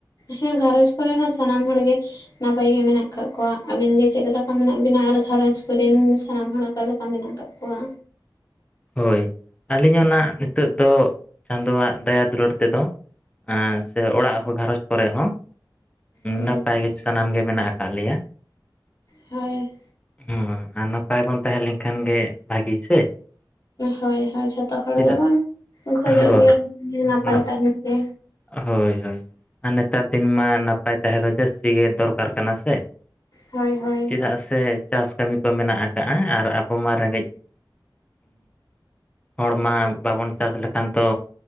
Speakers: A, on the left; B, on the left.
A: ᱦᱮᱸ ᱜᱷᱟᱨᱚᱪᱽ ᱠᱚᱨᱮ ᱦᱚᱸ ᱥᱟᱱᱟᱢ ᱦᱚᱲᱜᱮ ᱱᱟᱯᱟᱭ ᱜᱮ ᱢᱮᱱᱟᱜ ᱟᱠᱟᱜ ᱠᱚᱣᱟ ᱟᱵᱤᱱ ᱜᱮ ᱪᱮᱫ ᱞᱮᱠᱟ? ᱢᱮᱱᱟᱜ ᱵᱤᱱᱟ ᱟᱨ ᱜᱷᱟᱨᱚᱧᱡᱽ ᱠᱚᱨᱮᱱ ᱥᱟᱱᱟᱢ ᱦᱚᱲ ᱟᱠᱟᱞᱮᱠᱟ ᱢᱮᱱᱟᱜ ᱠᱟᱜ ᱠᱚᱣᱟ?
B: ᱦᱳᱭ ᱟᱹᱞᱤᱧ ᱦᱚᱸ ᱱᱟᱜ ᱱᱤᱛᱳᱜ ᱫᱚ ᱪᱟᱸᱫᱳᱣᱟᱜ ᱫᱟᱭᱟ ᱫᱩᱞᱟᱹᱲ ᱛᱮᱫᱚ ᱟᱸ ᱥᱮ ᱚᱲᱟᱜ ᱦᱚᱲ ᱜᱷᱟᱨᱚᱪᱽ ᱠᱚᱨᱮ ᱦᱚᱸ
A: ᱦᱮᱸ
B: ᱱᱟᱯᱟᱭ ᱜᱮ ᱥᱟᱱᱟᱢ ᱜᱮ ᱢᱮᱱᱟᱜ ᱟᱠᱟᱜ ᱞᱮᱭᱟ᱾
A: ᱦᱮ
B: ᱦᱚᱸ ᱟᱨ ᱱᱟᱯᱟᱭ ᱵᱚᱱ ᱛᱟᱦᱮᱸ ᱞᱮᱝ ᱠᱷᱟᱱ ᱜᱮ ᱵᱷᱟᱜᱤ ᱥᱮ,
A: ᱦᱳᱭ ᱦᱳᱭ ᱡᱷᱚᱛᱚ ᱦᱚᱲ
B: ᱪᱮᱫᱟᱜ
A: ᱜᱮᱵᱚᱱ ᱠᱷᱚᱡᱚᱜ
B: ᱦᱳᱭ
A: ᱜᱮᱭᱟ
B: ᱱᱟᱯ
A: ᱱᱟᱯᱟᱭ ᱛᱟᱦᱮᱱ ᱛᱮ᱾
B: ᱦᱳᱭ ᱦᱳᱭ ᱟᱨ ᱱᱮᱛᱟᱨ ᱫᱤᱱ ᱢᱟ ᱱᱟᱯᱟᱭ ᱛᱟᱦᱮᱸ ᱫᱚ ᱡᱟᱹᱥᱛᱤ ᱜᱮ ᱫᱚᱨᱠᱟᱨ ᱠᱟᱱᱟ ᱥᱮ᱾
A: ᱦᱳᱭ ᱦᱳᱭ
B: ᱪᱮᱫᱟᱜ ᱥᱮ ᱪᱟᱥ ᱠᱟᱹᱢᱤ ᱠᱚ ᱢᱮᱱᱟᱜ ᱟᱠᱟᱜ-ᱟ ᱟᱨ ᱟᱵᱚ ᱢᱟ ᱨᱮᱸᱜᱮᱡ ᱦᱚᱲᱢᱟ ᱵᱟᱵᱚᱱ ᱪᱟᱥ ᱞᱮᱠᱷᱟᱱ ᱛᱚ